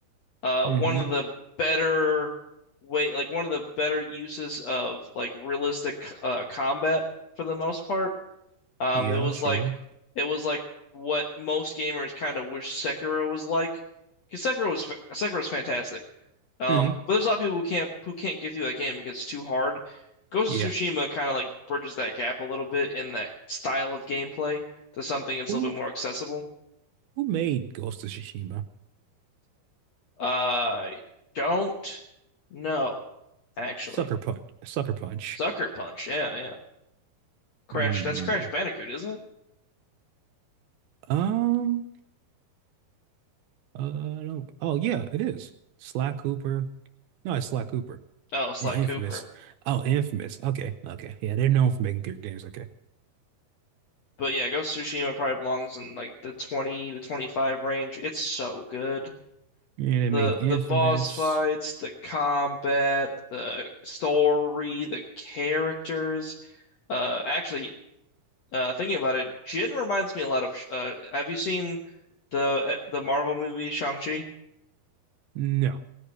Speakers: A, on the left (about 70°); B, on the right (about 75°).
A: Uh,
B: hmm
A: one of the better way, like one of the better uses of like realistic uh, combat for the most part. Um,
B: Yeah,
A: it was
B: sure.
A: like it was like what most gamers kind of wish Sekiro was like, because Sekiro was fa Sekiro's fantastic. Um,
B: hmm
A: but there's a lot of people who can't who can't get through that game because it's too hard. Ghost
B: Yeah.
A: of Tsushima kind of like bridges that gap a little bit in that style of gameplay to something that's
B: Who,
A: a little bit more accessible.
B: who made Ghost of Tsushima?
A: I don't know, actually.
B: Sucker Punch. Sucker Punch.
A: Sucker Punch, yeah, yeah. Crash,
B: Mm-hmm.
A: that's Crash Bandicoot, isn't it?
B: Um, uh, I don't. Oh, yeah, it is. Sly Cooper. No, it's Sly Cooper.
A: Oh, Sly
B: And Infamous.
A: Cooper.
B: Oh, Infamous. Okay, okay. Yeah, they're known for making good games. Okay.
A: But yeah, Ghost of Tsushima probably belongs in like the 20 to 25 range. It's so good.
B: Yeah, they
A: The
B: made Infamous.
A: the boss fights, the combat, the story, the characters. Uh actually uh thinking about it, Jin reminds me a lot of Sh- uh have you seen the uh, the Marvel movie Shang-Chi?
B: No,